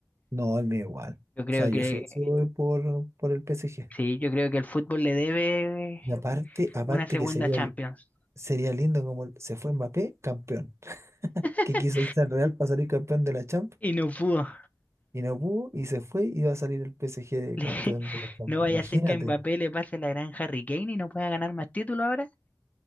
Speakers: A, on the right; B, on the left.
A: no, el mío igual.
B: Yo creo
A: O sea, yo
B: que,
A: sí, sí voy por, por el P S G
B: sí, yo creo que el fútbol le debe
A: Y aparte, aparte
B: una segunda
A: que sería,
B: Champions.
A: li- sería lindo como se fue Mbappé campeón.
B: <laughs>
A: Que quiso irse al Real para salir campeón de la Champions
B: Y no pudo.
A: y no pudo y se fue y va a salir el P PSG de
B: Le-
A: campeón
B: <laughs>
A: de la Champions.
B: no vaya
A: Imagínate,
B: a ser que a Mbappé le pase la gran Harry Kane y no pueda ganar más títulos ahora.